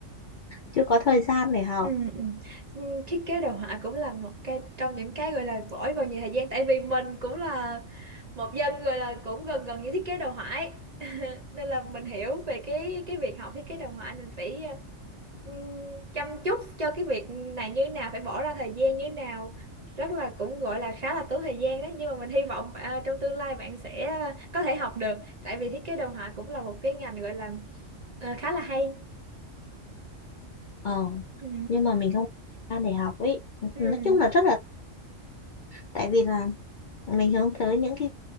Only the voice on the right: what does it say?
Ừ. ừ. Ừ, Thiết kế đồ họa cũng là một cái trong những cái gọi là vỗi vào nhiều thời gian tại vì mình cũng là một dân gọi là cũng gần gần như thiết kế đồ họa ấy. <laughs> nên là mình hiểu về cái cái việc học thiết kế đồ họa mình phải ờ, ừm, chăm chút cho cái việc này như nào phải bỏ ra thời gian như nào rất là cũng gọi là khá là tốn thời gian đấy nhưng mà mình hy vọng à, trong tương lai bạn sẽ à, có thể học được tại vì thiết kế đồ họa cũng là một cái ngành gọi là ờ, khá là hay
ừ
ừ